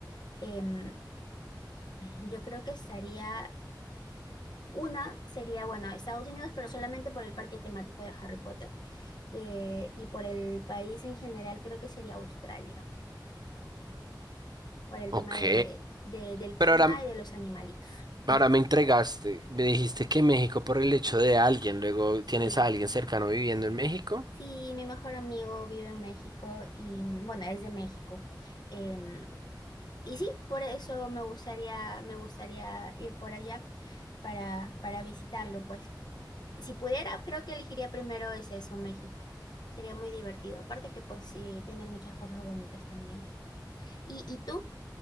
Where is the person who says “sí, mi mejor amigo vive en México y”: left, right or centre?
Left